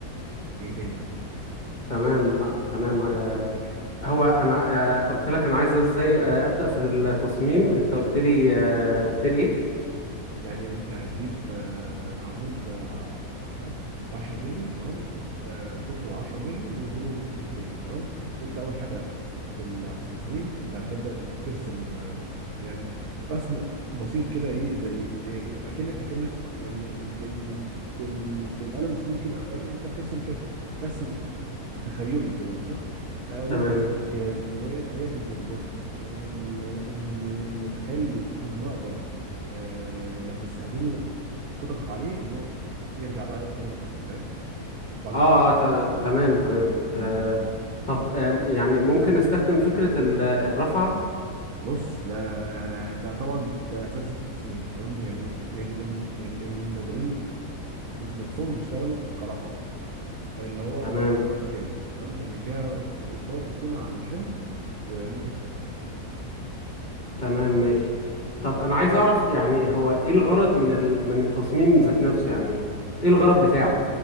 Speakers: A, on the right (about 70°); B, on the left (about 30°).
A: ايه تاني
B: تمام تمام آه، هو انا آه، قلت لك انا عايز ازاي آه، ابدا في التصميم انت قلت لي آه، قلت لي ايه
A: يعني انت هتجيب آه، عمود آه، 10 مللي تمام آه، قطره 10 مللي وطوله 100 مللي تمام انت اول حاجه في ال- في التصميم انت هتبدا ترسم آه، يعني رسم بسيط كده ايه زي يعني اكنك اكنك يعني بال بال بالقلم السنون كده فاهم انت بترسم كده رسم تخيلي كده مثلا آه،
B: تمام
A: نقطه الارتكاز وآلية الزنبرك اللي, اللي تخلي المقبض آه لما تستخدمه تضغط عليه ان هو يرجع بقى تاني للاصل فاهم بعد
B: اه
A: الضغط
B: آه، ت- تمام تمام
A: مم.
B: آه، طب آه، يعني ممكن استخدم فكرة ال- الرفعة
A: بص ده ده طبعا ده اساس التصميم تمام يعني يعني ال- يعني المبيضين نفسهم بيشتغلوا كرفعه اللي هو
B: تمام
A: من النوع الثالث تمام اللي فيها القوه بتكون على الحمل ونقطه التركيز
B: تمام ماشي طب انا عايز اعرف يعني هو ايه الغرض من ال... من التصميم ذات نفسه يعني ايه الغرض بتاعه